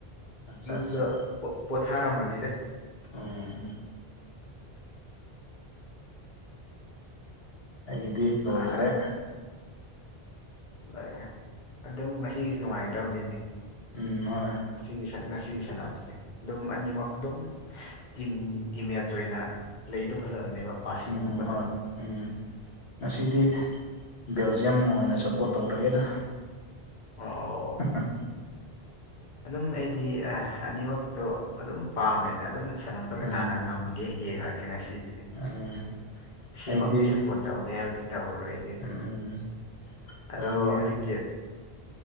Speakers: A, on the left; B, on the left.
A: ꯑꯠꯆꯥ
B: ꯌꯨꯝꯗ
A: ꯑꯠꯆꯥ
B: ꯄꯣ ꯄꯣꯊꯥꯔꯝꯃꯅꯤꯗ
A: ꯎꯝ ꯑꯩꯒꯤꯗꯤ ꯂꯣꯏꯈ꯭ꯔꯦ
B: ꯑꯥ ꯍꯣꯢꯑꯦ ꯑꯗꯨꯝ ꯉꯁꯤꯒꯤꯁꯨ ꯅꯨꯡꯉꯥꯏꯒꯗꯧꯕꯅꯤꯅꯦ
A: ꯎꯝ ꯍꯣꯏ
B: ꯑꯁꯤꯒꯤ ꯁ ꯉꯁꯤꯒꯤ ꯁꯥꯟꯅꯕꯁꯦ ꯑꯗꯨꯝ ꯑꯅꯤꯃꯛ ꯑꯗꯨꯝ ꯇꯤꯝ ꯇꯤꯝ ꯌꯥꯆꯣꯏ ꯑꯣꯏꯅ ꯄ꯭ꯂꯦꯗꯨ ꯐꯖꯕꯅꯦꯕ ꯄꯥꯁꯤꯟꯒꯨꯝꯕꯗ
A: ꯎꯝ ꯍꯣꯏ ꯎꯝ ꯉꯁꯤꯗꯤ ꯕꯦꯜꯖꯤꯌꯝ ꯑꯣꯏꯅ ꯁꯞꯄꯣꯔꯠ ꯇꯧꯔꯒꯦꯗ
B: ꯑꯣ
A: ꯑꯍꯥ
B: ꯑꯗꯨꯝ ꯑꯩꯗꯤ ꯑꯅꯤꯃꯛꯇꯣ ꯑꯗꯨꯝ ꯄꯥꯝꯃꯦ ꯗ ꯑꯗꯨꯝ ꯁꯅꯃꯇ ꯀꯅꯥꯅ
A: ꯎꯝ
B: ꯉꯝꯒꯦ ꯌꯦꯡꯉꯒꯦ ꯉꯁꯤꯗꯤ
A: ꯎꯝ
B: ꯁꯤꯃꯛꯇꯤ
A: ꯑꯩꯗꯤ
B: ꯁꯞꯄꯣꯔꯠ ꯇꯧꯒꯦ ꯍꯥꯏꯕꯗꯤ ꯇꯧꯔꯔꯣꯏ
A: ꯎꯝ
B: ꯑꯗꯣ
A: ꯀꯩꯅꯣꯒꯤ
B: ꯍꯧꯖꯤꯛꯀꯤ